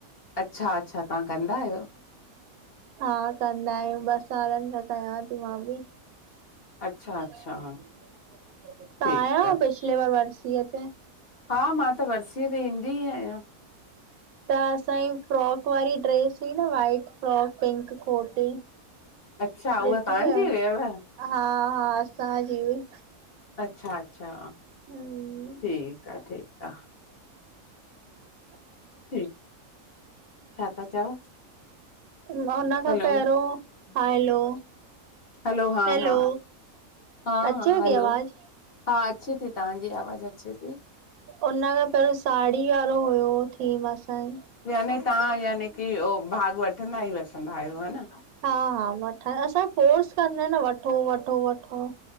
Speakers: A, on the left (about 55°); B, on the right (about 80°).
A: अच्छा अच्छा तव्हां कंदा आहियो
B: हा कंदा आहियूं ॿस सालनि खां कयां थी मां बि
A: अच्छा
B: तव्हां
A: अच्छा ठीकु
B: आया आहियो
A: आहे
B: पिछले बार वरसीए ते
A: हा मां त वर्सीअ ते ईंदी ई आहियां
B: त असांजी फ्रॉक वारी ड्रेस हुई न वाइट फ्रॉक पिंक कोट
A: अच्छा
B: विठी
A: उहा तव्हांजी
B: आहे
A: हुयव
B: हा हा असांजी बि
A: अच्छा अच्छा
B: हम्म
A: ठीकु आहे ठीकु आहे
B: अ <inaudible>
A: ठीकु छा था चओ
B: न हुन खां
A: हलो
B: पहिरियों हैलो
A: हलो हा
B: हैलो,
A: हा हा
B: अचेव
A: हा हलो
B: थी आवाज़?
A: हा अचे थी तव्हांजी आवाज़ु अचे थी
B: उन खां पहिरियों साड़ी वारो हुयो थीम असांजी
A: याने तव्हां याने की उह भाग वठंदा ई वठंदा आहियो हा न
B: हा हा वठणसां फोर्स कंदा आहिन न वठो वठो वठो